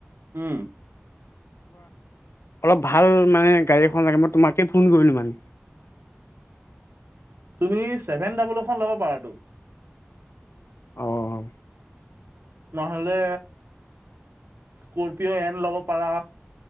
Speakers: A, on the right; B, on the left.
A: উম
B: অলপ ভাল মানে গাড়ী এখন লাগে মই তোমাকেই ফোন কৰিলোঁ মানে
A: তুমি ছেভেন ডাবল এখন ল'ব পাৰাাতটো
B: আহঁ
A: নহলে স্কপিঅ এন ল'ব পাৰা